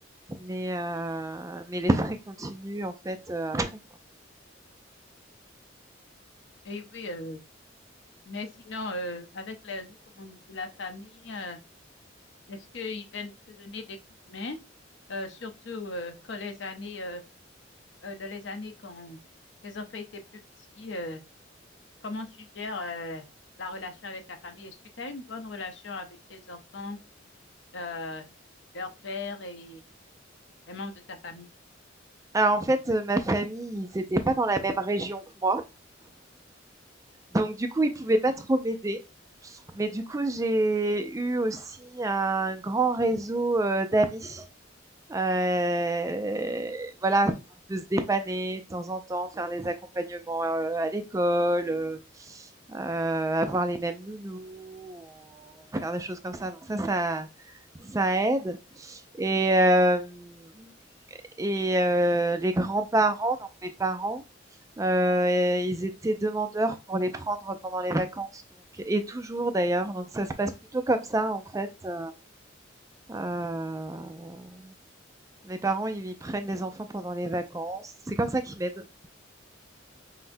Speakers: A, on the right (about 15°); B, on the left (about 65°).
A: mais, euh, mais les frais continuent en fait euh, après. quoi.
B: Et oui, euh, mais sinon, euh, avec les autres membres de la famille, euh, Est-ce qu'ils viennent te donner des coups de main, euh, surtout euh, quand les années, euh, euh, dans les années quand tes enfants étaient plus petits, euh, comment tu gères euh, la relation avec la famille? Est-ce que tu as une bonne relation avec tes enfants, euh, leur père et les membres de ta famille?
A: Alors en fait, euh, ma famille, ils n'étaient pas dans la même région que moi, donc du coup, ils pouvaient pas trop m'aider. Mais du coup, j'ai eu aussi un grand réseau euh, d'amis Heu, voilà, on peut se dépanner de temps en temps, faire les accompagnements, heu, à l'école, heu heu, avoir les mêmes nounous ou faire des choses comme ça. Donc ça, ça ça aide et hem et heu, les grands-parents, donc mes parents, heu, ils étaient demandeurs pour les prendre pendant les vacances, donc et toujours d'ailleurs, donc ça se passe plutôt comme ça en fait, heu heu mes parents, ils ils prennent les enfants pendant les vacances. C'est comme ça qu'ils m'aident.